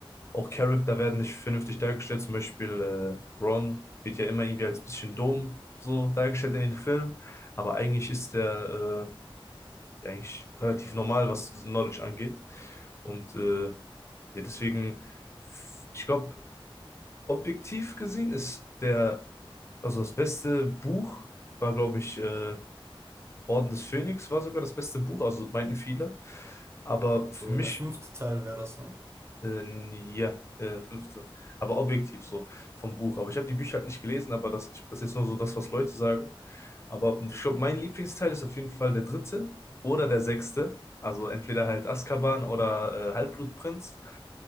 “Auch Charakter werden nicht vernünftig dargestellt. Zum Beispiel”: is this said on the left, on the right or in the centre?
Left